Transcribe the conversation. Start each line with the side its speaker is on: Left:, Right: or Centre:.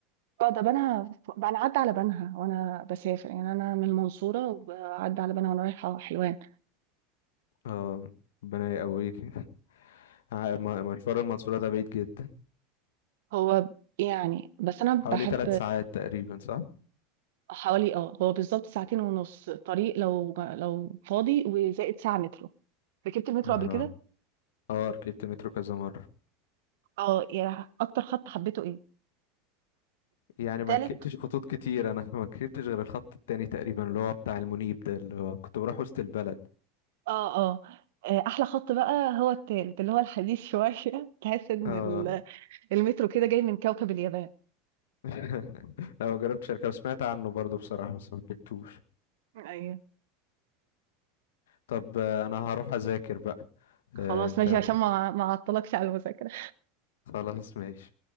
Right: اه ده بنها انا عدى على بنها وانا بسافر يعني انا من المنصوره وعدى على بنها وانا رايحه حلوان
Left: اه ربنا يقويك <laughs> ع- م- مشوار المنصورة ده بعيد جدا
Right: هو يعني بس انا
Left: حوالي
Right: بحب
Left: ثلاث ساعات تقريبا صح؟
Right: حوالي اه هو بالظبط ساعتين ونص طريق لو لو فاضي وزائد ساعة مترو ركبت المترو
Left: اه
Right: قبل كده
Left: اه ركبت مترو كذا مرة
Right: اه يعني اكتر خط حبيته ايه
Left: يعني
Right: تالت
Left: ما ركبتش خطوط كتير انا <laughs> ما ركبتش غير الخط التاني تقريبا اللي هو بتاع المنيب ده اللي هو كنت بروح وسط البلد
Right: اه اه آه، احلى خط بقى هو التالت اللي هو الحديث شوية <laughs> تحس ان
Left: اه
Right: ال- المترو كده جاي من كوكب اليابان
Left: <laughs> لا ما جربتش اركب سمعت عنه برضو بصراحة بس ما ركبتوش
Right: ايوه
Left: طب آه، انا هروح اذاكر بقى
Right: خلاص
Left: آه، انت
Right: ماشي
Left: هتروح
Right: عشان ما ما اعطلكش على المذاكرة
Left: خلاص ماشي